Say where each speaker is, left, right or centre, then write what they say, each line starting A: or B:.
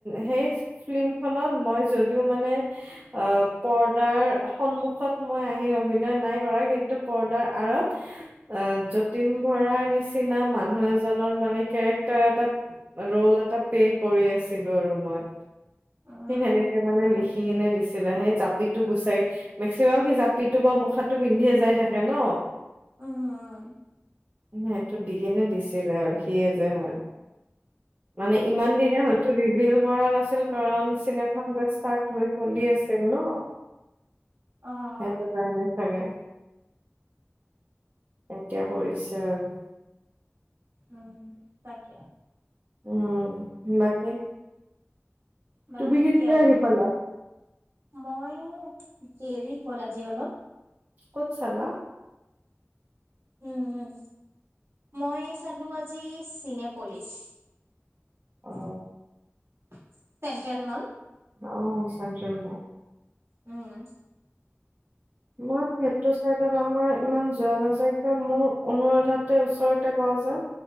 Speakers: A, on the right (about 40°); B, on the right (about 65°).
A: সেই ফিল্ম। খনত মই যদিও মানে অহ' পৰ্দাৰ সন্মুখত মই আহি অভিনয় নাই কৰা। কিন্তু পৰ্দাৰ আৰত যতীন বৰাৰ নিচিনা মানুহ এজনৰ মানে কেৰেক্টাৰ এটা ৰল এটা প্লে কৰি আছিলো আৰু মই।
B: উম
A: সেই সেনেকে মানে লিখি। কিনি দিছিলে। সেই জাপিটো গুচাই মেক্সিমাম সেই জাপিটো বা মুখাটো পিন্ধিয়ে যাই থাকে নহ।
B: উম,
A: সেইটো দি কিনে দিছিলে আৰু সিয়ে যে হয়। মানে
B: তাকে
A: ইমান দিনে হয়তো ৰিবিল। পৰা নাছিলো। দিছিল কাৰণ।
B: বেছি
A: চিনেমাখন
B: সৰু সৰুকে নাপাতিবা
A: যে ষ্টাৰ্ট হৈ চলি আছিল নহ,
B: অ
A: সেইটো
B: অ
A: কাৰণে চাগে। এটা। এতিয়া কৰিছে আৰু।
B: উম, তাকে।
A: উম, বাকি।
B: বাকী
A: তুমি কেতিয়া
B: কি আৰু
A: আহি পালা।
B: মই দেৰি হ'ল আজি অলপ।
A: ক'ত চালা।
B: উম-উম মই চালো আজি চিনেপলিছ।
A: অ
B: <inaudible> চেণ্ট্ৰেল মল।
A: অহ' চেণ্ট্ৰেল মল।
B: উম।
A: মই সেইটো চাইডত আমাৰ ইমান যোৱা নাযায় কিয় মোৰ অনুৰাধাতে ওচৰ। ওচৰতে পাও যে।